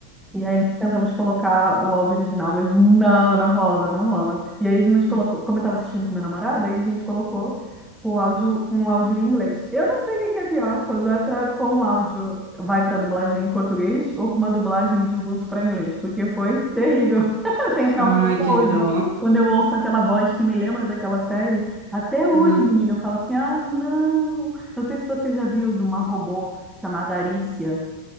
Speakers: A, in the centre; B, on the right.
A: E aí nós tentamos colocar o áudio original, mas não, não rola, não rola. E aí nós colocou,
B: Hum.
A: como eu estava assistindo com meu namorado, aí a gente colocou o áudio, um áudio em inglês. Eu não sei o que que é pior, quando é tra... com o áudio vai para dublagem em português ou com uma dublagem de russo para inglês, porque foi terrível. <laughs> Eu tenho trauma
B: Ai,
A: até
B: que
A: hoje.
B: dó.
A: Quando eu ouço aquela voz que me lembra daquela série, até hoje,
B: Uhum.
A: menina, eu falo assim, ai, não. Não sei se você já viu de uma robô chamada Arícia.